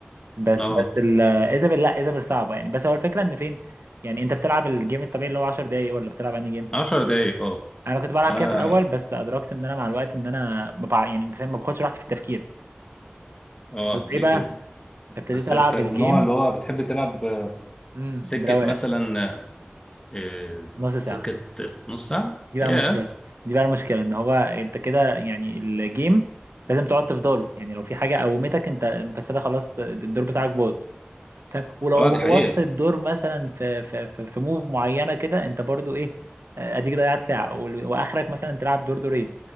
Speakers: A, on the right; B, on the left.
A: بس
B: اه
A: بس ال- ايزابل لا ايزابل صعبه يعني بس هو الفكره ان فين يعني انت بتلعب الجيم الطبيعي اللي هو 10 دقايق ولا بتلعب انهي جيم
B: 10 دقايق اه
A: انا كنت بلعب
B: انا
A: كده في الاول بس ادركت ان انا مع الوقت ان انا ما بع... يعني انت فاهم ما باخدش راحتي في التفكير
B: اه
A: طب
B: ليه
A: ايه بقى
B: كده
A: ابتديت
B: بس
A: العب
B: انت من
A: الجيم
B: النوع اللي هو بتحب تلعب آه،
A: امم
B: سكة
A: برواقه
B: مثلا آه،
A: نص ساعه
B: سكة نص ساعة
A: دي بقى
B: ياه
A: المشكلة دي بقى المشكلة ان هو انت كده يعني الجيم لازم تقعد تفضله يعني لو في حاجة قومتك انت انت كده خلاص الدور بتاعك باظ فاهم ولو
B: اه دي
A: بوظت
B: حقيقة
A: الدور مثلا في في في, في موف معينة كده انت برضو ايه آه، اديك ضيعت ساعة وال- واخرك مثلا تلعب دور دورين